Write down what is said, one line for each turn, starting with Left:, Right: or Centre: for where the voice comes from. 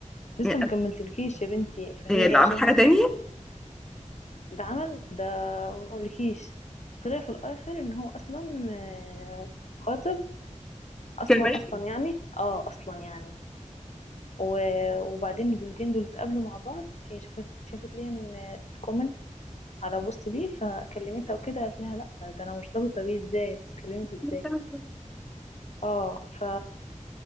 Left: لسه
Centre: يعني
Left: مكملتلكيش يا بنتي فهي
Centre: هي اللي
Left: بقى
Centre: عمل
Left: شافت
Centre: حاجة تانية
Left: ده عمل ده مقولكيش طلع في الاخر ان هو اصلا آه، خاطب اصلا
Centre: كمان
Left: اصلا يعني اه اصلا يعني و- وبعدين البنتين دول اتقابلوا مع بعض هي شافت شافت ليها ان كومنت على بوست ليه فكلمتها وكده قالت لها لا ده انا مرتبطه بيه ازاي انت بتتكلمي
Centre: <laughs>
Left: ازاي اه ف